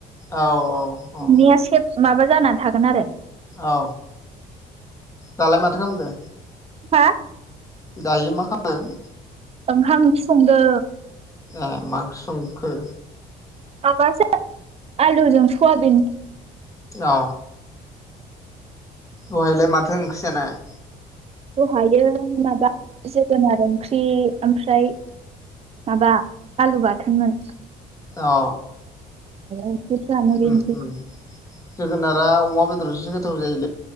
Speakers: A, on the left; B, on the right.
A: औ औ औ।
B: नोंनिया सेब माबा जानानै थागोन आरो।
A: औ दालाय माथो खामदो?
B: हा?
A: दायो मा खामदों?
B: ओंखाम ओंख्रि संदों।
A: ए मा ओंख्रि संखो?
B: माबासो आलुजों सवाबिन।
A: अ दहायलाय माथो ओंख्रि जानाय?
B: हायो माबा जोगोनार ओंख्रि ओमफ्राय माबा आलु बाथोनमोन।
A: अ
B: ओंख्रिफ्रानो बेनोसै
A: उम उम जोगोनारा अमा बेदरजोंसो गोथाव जायो।